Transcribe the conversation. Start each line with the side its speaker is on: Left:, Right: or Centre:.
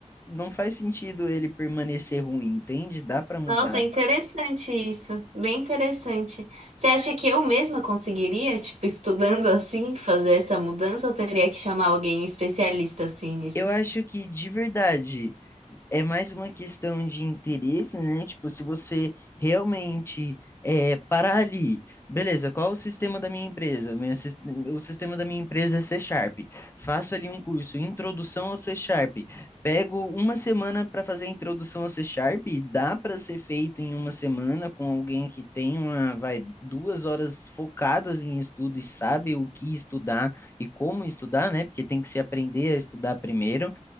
Left: não faz sentido ele permanecer ruim, entende? Dá para mudar.
Right: Nossa, é interessante isso. Bem interessante. Você acha que eu mesma conseguiria, tipo, estudando assim, fazer essa mudança ou teria que chamar alguém especialista assim nisso?
Left: Eu acho que de verdade é mais uma questão de interesse, né? Tipo, se você realmente é, parar ali, beleza, qual o sistema da minha empresa? Minha sis- o sistema da minha empresa é C Sharp. Faço ali um curso, introdução ao C Sharp. Pego uma semana para fazer a introdução ao C Sharp, e dá para ser feito em uma semana com alguém que tem uma, vai, duas horas focadas em estudo e sabe o que estudar e como estudar, né? Porque tem que se aprender a estudar primeiro.